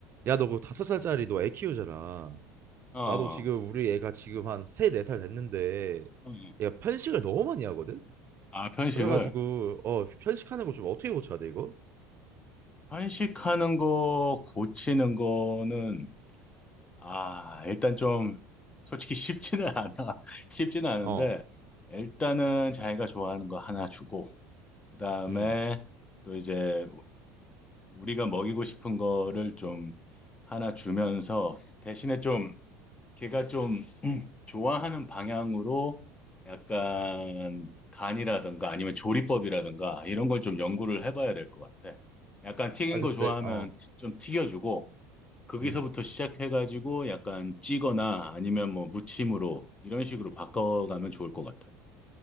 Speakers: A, on the right; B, on the left.
A: 야, 너 그 다섯 살짜리 너 애 키우잖아.
B: 어, 어,
A: 나도 지금 우리 애가 지금 한 세 네 살 됐는데
B: 어.
A: 얘가 편식을 너무 많이 하거든?
B: 아, 편식을.
A: 그래가지고 어 편식하는 거 좀 어떻게 고쳐야 돼 이거?
B: 편식하는 거 고치는 거는, 아, 일단 좀, 솔직히 쉽지는 <laughs> 않아. 쉽지는 않은데,
A: 어,
B: 일단은 자기가 좋아하는 거 하나 주고, 그 다음에
A: 음,
B: 또 이제 우리가 먹이고 싶은 거를 좀 하나 주면서, 대신에 좀, 걔가 좀 좋아하는 방향으로 약간 간이라든가 아니면 조리법이라든가 이런 걸 좀 연구를 해봐야 될 것 같아. 약간 튀긴
A: 알겠을
B: 거 좋아하면
A: 때, 어,
B: 튀- 좀 튀겨주고 거기서부터
A: 음.
B: 시작해가지고 약간 찌거나 아니면 뭐 무침으로 이런 식으로 바꿔가면 좋을 것 같아.